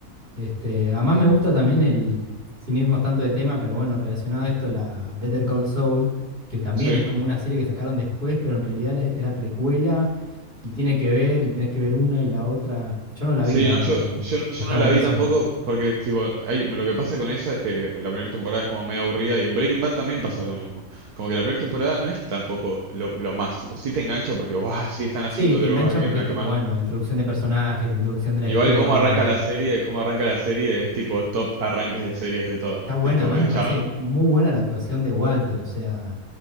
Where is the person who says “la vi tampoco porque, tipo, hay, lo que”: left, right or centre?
Right